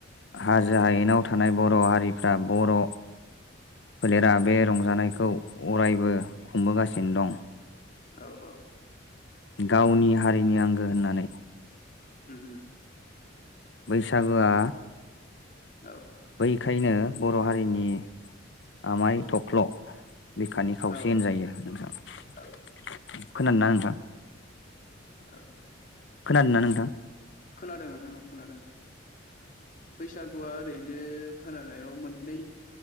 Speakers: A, on the left (about 65°); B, on the left (about 45°).
A: हाजो हायेनाव थानाय बर' हारिफ्रा बर' फोलेरा बे रंजानायखौ अरायबो खुंबोगासिनो दं।
B: औ-औ
A: गावनि हारिनि आंगो होननानै
B: अम-अम।
A: बैसागुआ
B: औ।
A: बेखायनो बर' हारिनि आमाय थफ्ल'। बिखानि खावसे
B: औ
A: होन जायो नोंथां
B: औ
A: <unintelligible> खोनादों ना नोंथां?
B: औ।
A: खोनादोंना नोंथां
B: खोनादों नोंथां औ खोनादों बैसागुआ ओरैनो खोनानायाव मोननै